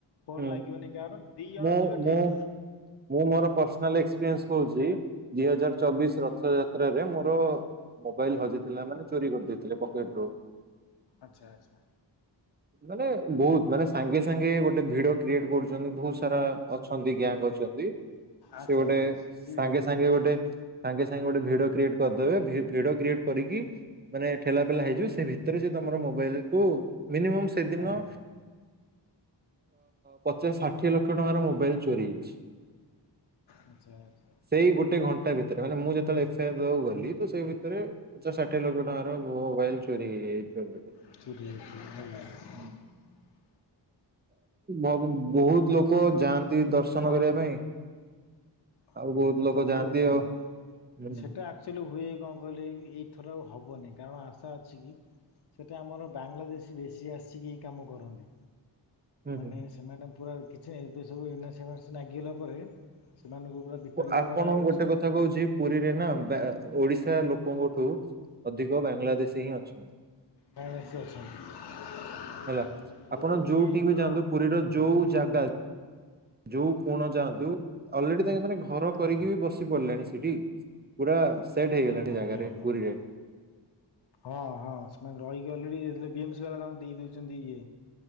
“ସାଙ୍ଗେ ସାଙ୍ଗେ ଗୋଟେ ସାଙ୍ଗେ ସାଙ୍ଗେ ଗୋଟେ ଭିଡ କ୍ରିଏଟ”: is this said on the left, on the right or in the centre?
Right